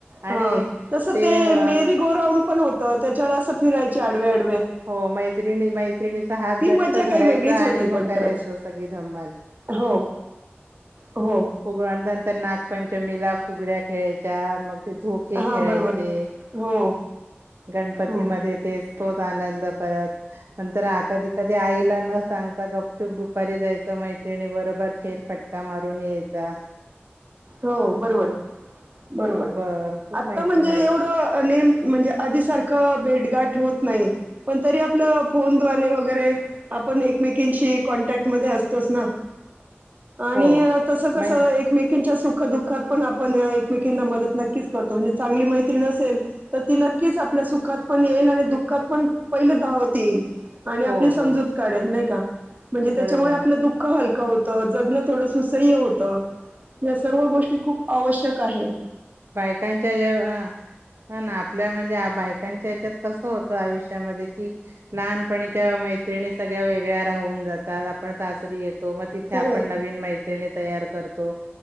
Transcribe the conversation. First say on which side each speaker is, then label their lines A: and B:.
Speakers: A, on the right; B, on the right.
A: आणि
B: हा तस ते
A: अ
B: मेरी गो रांउड पण होत त्याच्यावर असं फिरायचे आडव्या आड
A: हो मैत्रिणी मैत्रिणीचा हा त
B: ती
A: घट्ट
B: मज्जा
A: धरायचा
B: काही वेगळीच होती
A: आणि मग
B: पण
A: करायच
B: खरंच.
A: सगळी धमाल.
B: हो, हो.
A: फुगळ्या नंतर नागपंचमीला फुगड्या खेळायच्या मग झोके
B: हां,
A: खेळायचे
B: बरोबर. हो,
A: गणपती
B: हो,
A: हं मध्ये तेच तोच आनंद परत नंतर आ कधी कधी आईला न सांगता गपचुप दुपारी जायचं मै त्रिणी बरोबर फेर फटका मारून यायचा.
B: हो बरोबर. बरोबर
A: खूप अ खूप
B: आत्ता
A: माहिती
B: म्हणजे
A: माहित
B: एवढं नेम म्हणजे आधी सारखं भेटगाट होत नाही पण तरी आपल फोनद्वारे वगैरे आपण एकमेकिंशी कॉन्टॅक्टमध्ये अ असतोच ना आणि
A: हो
B: तस कस
A: म्हण
B: एकेमेक सुख दुःखात पण आपण एकमेकीना मदत नक्कीच करतो म्हणजे चांगली मैत्रीण असेल तर ती नक्की आपल्या सुखात पण येईल आणि दुःखात पण पहिले धावत येईल. आणि आपली
A: हो
B: समजूत
A: हो
B: काढेल नाही का म्हणजे त्याच्यामुळे
A: बरोबर
B: आपलं दुःख हलकं होत जगण थोडं सुसह्य होत या सर्व गोष्टी खूप आवश्यक आहेत.
A: बायकांच्या ज अ हो ना आपल्या म्हणजे बायकांच्या हच्यात कस होत आयुष्यामध्ये की लहानपणीच्या मैत्रिणी सगळ्या वेगळ्या राहून जातात आ पण सासरी येत मग तिथे
B: खरे
A: आपण नवीन मैत्रिणी तयार करतो